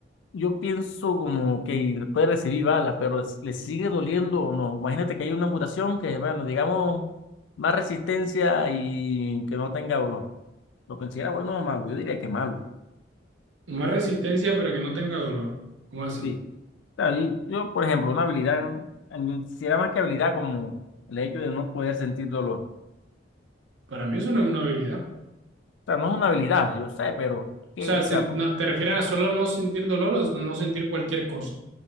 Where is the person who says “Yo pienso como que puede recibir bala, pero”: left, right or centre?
Left